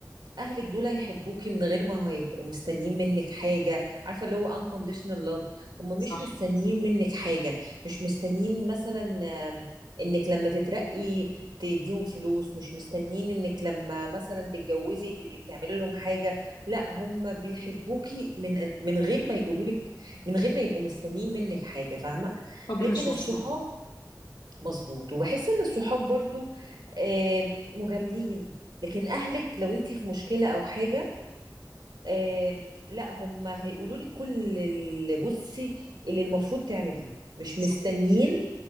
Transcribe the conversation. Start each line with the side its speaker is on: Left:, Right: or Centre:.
Right: أهلك دول هيحبوكي من غير ما هيبقوا مستنيين منك حاجة عارفة اللي هو unconditional love هم
Left: صح
Right: مش مستنيين منك حاجة مش مستنيين مثلا آم، إنك لما تترقي تديهم فلوس مش مستنيين انك لما مثلا تتجوزي تبقي بتعملي لهم حاجة لا هم بيحبوكي من من غير ما يقولوا لك من غير ما يبقوا مستنيين منك حاجة فاهمة
Left: حب
Right: لكن
Left: مش مشروط
Right: الصحاب مظبوط وبحس ان الصحاب برضو آم، مجاملين لكن اهلك لو انتي في مشكلة او حاجة آم، لا هم هيقولوا لك كل اللي بصي اللي المفروض تعمليه مش
Left: صح.
Right: مستنيين